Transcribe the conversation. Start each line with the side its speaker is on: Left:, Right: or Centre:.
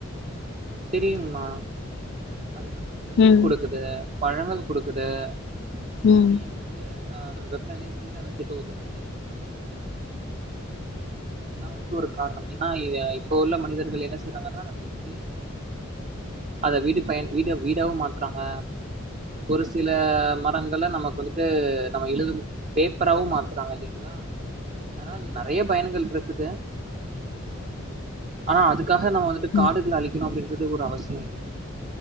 Right: தெரியுங்மா அது நமக்கு நிழல்
Left: ம்
Right: குடுக்குது பழங்கள் குடுக்குது பூமிய
Left: ம்
Right: வந்துட்டு ஆ அதோட வெப்ப நிலை சீ சீரா வச்சுக்க உதவுது இதுல்லா வந்துட்டு ஒரு காரணம் ஏன்னா ஈ இப்ப உள்ள மனிதர்கள் என்ன செய்றாங்கன்னா அத வெட்டி நீ அத வீடு பயன் வீட வீடாவும் மாத்துறாங்க ஒரு சில மரங்கள்ல நமக்கு வந்துட்டு நம்ம எழுத பேப்பராவும் மாத்துறாங்க இல்லங்களா அதனால நெறையப் பயன்கள் இருக்குது ஆனா அதுக் க்காக நம்ம வந்துட்டு காடுகள
Left: ம்
Right: அழிக்கணு அப்டின்னு து ஒரு அவசியோ இல்ல